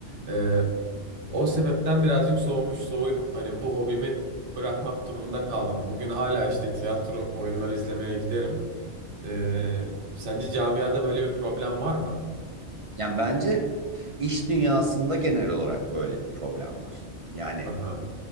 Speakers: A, on the right; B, on the right.
A: E, o sebepten birazcık soğumuş, soğuyup hani bu hobimi bırakmak durumunda kaldım. Bugün hala işte tiyatro oyunları izlemeye giderim. Ee, sence camiada böyle bir problem var mı?
B: Yani bence iş dünyasında genel olarak böyle bir problem var. Yani
A: Aha,